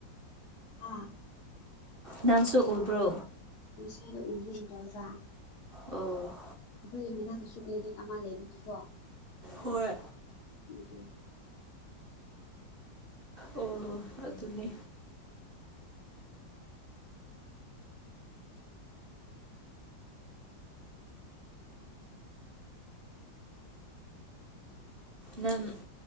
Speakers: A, on the left (about 60°); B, on the right (about 40°).
A: ꯍꯥꯥ
B: ꯅꯪꯁꯨ ꯎꯕ꯭ꯔꯣ
A: ꯉꯁꯥꯏꯅ ꯎꯈꯤꯒꯨꯝ ꯇꯧꯋꯦꯕ
B: ꯑꯣ
A: ꯑꯩꯈꯣꯏꯒꯤ ꯃꯅꯥꯛꯇꯁꯨ ꯀ꯭ꯂꯤꯅꯤꯛ ꯑꯃ ꯂꯩꯕꯒꯤꯀꯣ
B: ꯍꯣꯏ
A: ꯑꯗꯨꯅꯦ
B: ꯑꯣ ꯑꯗꯨꯅꯦ ꯅꯪ